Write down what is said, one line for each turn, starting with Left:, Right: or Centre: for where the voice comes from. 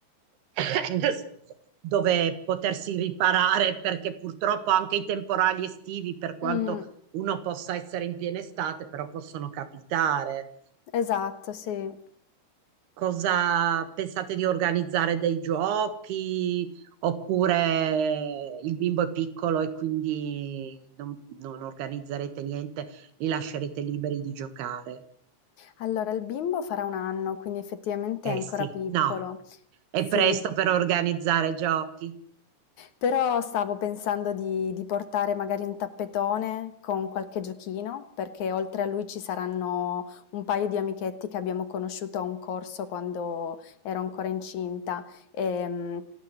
Right: <coughs> scusa, dove potersi riparare perché purtroppo anche i temporali estivi, per quanto
Left: Mm,
Right: uno possa essere in piena estate, però possono capitare.
Left: esatto, sì.
Right: Cosa pensate di organizzare dei giochi? Oppure il bimbo è piccolo e quindi non, non organizzerete niente, li lascerete liberi di giocare?
Left: Allora, il bimbo farà 1 anno, quindi effettivamente
Right: Eh
Left: è ancora
Right: sì,
Left: piccolo.
Right: no, è
Left: Sì,
Right: presto per organizzare giochi.
Left: però stavo pensando di di portare magari un tappetone con qualche giochino, perché oltre a lui ci saranno un paio di amichetti che abbiamo conosciuto a un corso quando ero ancora incinta, ehm,